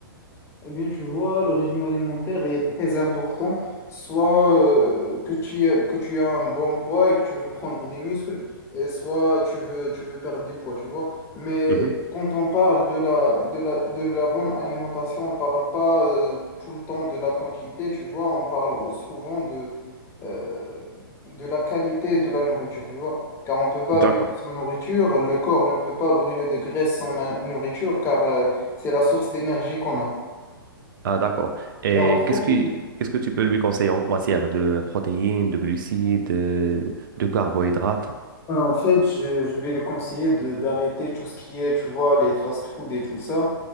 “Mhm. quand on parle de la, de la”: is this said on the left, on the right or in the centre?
Left